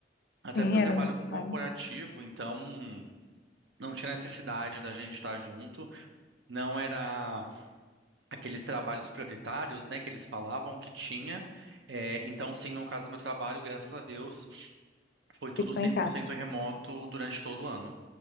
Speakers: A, on the right; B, on the left.
A: Até
B: Sim,
A: porque eu
B: era
A: trabalho
B: necessário.
A: com corporativo, então não tinha necessidade da gente estar junto. Não era aqueles trabalhos prioritários, né, que eles falavam que tinha. É, então, sim, no caso do meu trabalho, graças a Deus, foi tudo
B: Ficou
A: 100%
B: em casa.
A: remoto durante todo o ano.